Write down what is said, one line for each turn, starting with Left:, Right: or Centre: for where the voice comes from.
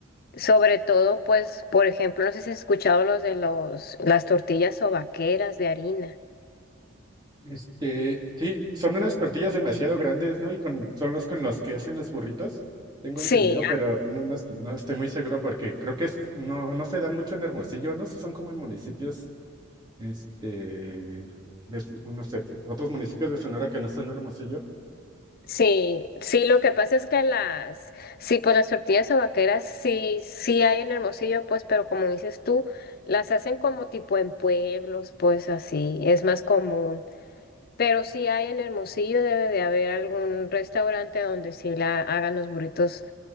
Left: sobre todo pues, por ejemplo, no sé si has escuchado los de los, las tortillas sobaqueras de harina.
Right: Este, sí, son unas tortillas demasiado grandes, ¿no? Y con, son los con los que hacen los burritos, tengo
Left: Sí.
Right: entendido, pero no, no, es- no estoy muy seguro porque creo que es- no, no se dan mucho en Hermosillo, no sé si son como en municipios, este, de s- unos cerqui- otros municipios de Sonora que no son Hermosillo.
Left: Sí, sí, lo que pasa es que las, sí, pues las tortillas vaqueras sí, sí hay en Hermosillo, pues, pero como dices tú, las hacen como tipo en pueblos, pues así, es más común. Pero sí hay en Hermosillo, debe de haber algún restaurante donde sí la hagan los burritos